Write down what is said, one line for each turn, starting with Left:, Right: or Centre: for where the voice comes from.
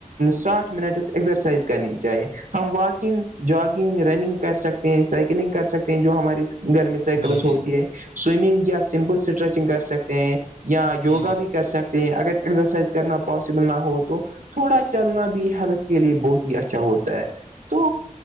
Right: ساٹھ منٹ ایکسرسائز کرنی چاہیے ہم واکنگ جگنگ رننگ کر سکتے ہیں سائیکلنگ کر سکتے ہیں جو ہمارے گھر میں سائیکلس
Left: جی جی
Right: ہوتی ہے سوئمنگ یا سمپل اسٹریچنگ کر سکتے ہیں یا
Left: جی
Right: یوگا
Left: جی
Right: بھی کر سکتے کہ اگر ایگزرسائز کرنا پاسبل نہ ہوو تو تھوڑا چلنا بھی ہیلتھ کے لیے بہت ہی اچھا ہوتا ہے تو